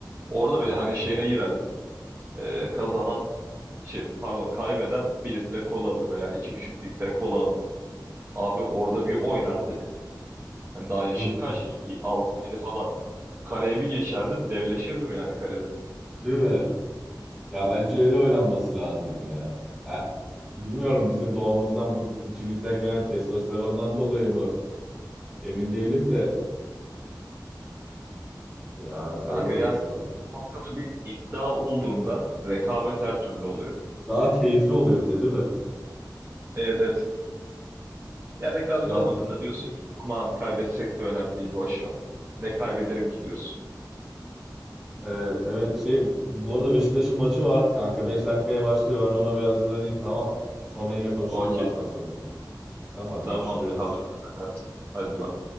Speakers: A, on the right (about 30°); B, in the centre.
A: Orada
B: Hı
A: böyle
B: hı.
A: hani şeyine girerdik. Ee, kazanan şey pardon kaybeden bir litre kola alır veya iki buçuk litre kola alır. Abi orada bir oynardık. Hani daha yaşım
B: <laughs> Öyle.
A: kaç? 6 yedi falan. Kaleye bir geçerdim devleşirdim yani kalede.
B: Değil mi? Ya bence öyle oynanması lazım ya. E, bilmiyorum bizim doğamızdan bu içimizden gelen testosterondan dolayı mı emin değilim de Yani
A: Kanka
B: öyle olması
A: yani
B: lazım bence.
A: ortada bir iddia olduğunda rekabet her türlü oluyor.
B: Daha keyifli oluyor bir de değil mi?
A: Evet evet. Ya rekabet
B: Ya
A: olmadığında diyorsun ki aman kaybetsek de önemli değil boş ver. Ne kaybederim ki diyorsun.
B: e, evet şey bu arada Beşiktaş'ın maçı var kanka 5 dakikaya başlıyor ben ona bir hazırlanayım tamam. Sonra yine konuşuruz
A: Okey
B: maçtan
A: tamam.
B: sonra. Tamam hadi
A: Tamamdır
B: görüşürüz.
A: haberdar edersin beni. Hadi bak.